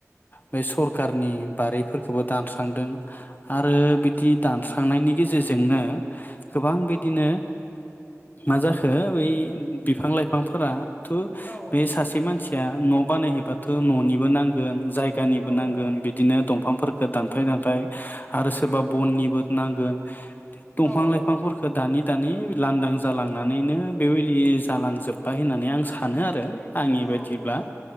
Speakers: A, on the left (about 35°); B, in the centre.
A: बे सरक कारनि बारिफोरखोबो दानस्रांदों। आरो बिदि दान थांनायनि गेजेरजोंनो गोबां बिदिनो
B: औ
A: मा जाखो बै बिफां लाइफांफोरा थु
B: औ
A: बे सासे मानसि या न बानायहैबाथ ननिबो नांगोन जायगानिबो
B: औ
A: नांग बिदिनो दंफांफोरखो दानफाय दानफाय आरो सोरबा बननिबो नांगोन दंफां
B: औ
A: लाइफांफोरखो दानै दानै लांदां जालांनानैनो बेबायदि जालांजोब्बाय होननानै आं सानो आरो आंनि
B: औ
A: बायदिब्ला